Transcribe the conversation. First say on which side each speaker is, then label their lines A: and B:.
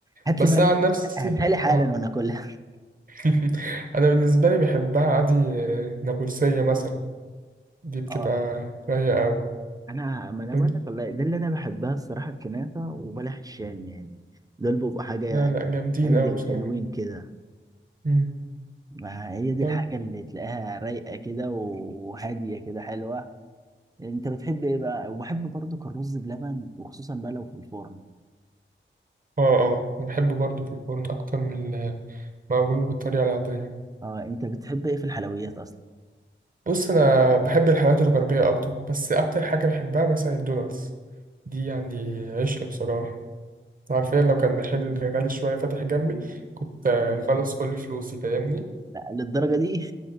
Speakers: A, on the right (about 20°); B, on the right (about 45°).
A: هات
B: بس
A: لي مانجا
B: أنا عن نفسي
A: هاتها لي حالا
B: اه
A: وانا اكلها
B: <laughs> أنا بالنسبة لي بحبها عادي آه، نابلسية مثلا دي بتبقى
A: <laughs>
B: رايقة أوي
A: انا ما انا
B: فاهم؟
A: بقول لك والله ده اللي انا بحبها الصراحه الكنافه وبلح الشام يعني دول بيبقوا حاجه
B: لا لا جامدين
A: هاديه
B: أوي
A: وحلوين
B: بصراحة
A: كده
B: مم.
A: ما هي دي
B: طيب
A: الحاجه اللي تلاقيها رايقه كده وهاديه كده حلوه انت بتحب ايه بقى وبحب برضك الرز بلبن وخصوصا بقى لو في الفرن
B: اه اه أنا بحبه برضه في الفرن أكتر من المعمول بالطريقة العادية
A: اه انت بتحب ايه في الحلويات اصلا
B: بص أنا بحب الحلويات الغربية أكتر بس أكتر حاجة بحبها مثلا الدوناتس دي يعني عشق بصراحة حرفيا لو كان محل غالي شوية فاتح جنبي كنت آه، أخلص كل فلوسي فاهمني؟
A: لا، للدرجه دي